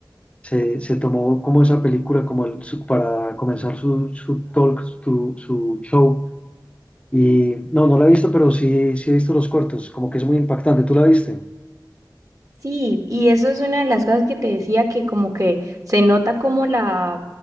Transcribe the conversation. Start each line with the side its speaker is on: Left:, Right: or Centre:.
Left: se, se tomó como esa película como el, su- para comenzar su, su talk, su, su show. Y no, no la he visto, pero sí, sí he visto los cortos, como que es muy impactante. ¿Tú la viste?
Right: Sí, y eso es una de las cosas que te decía que como que se nota como la,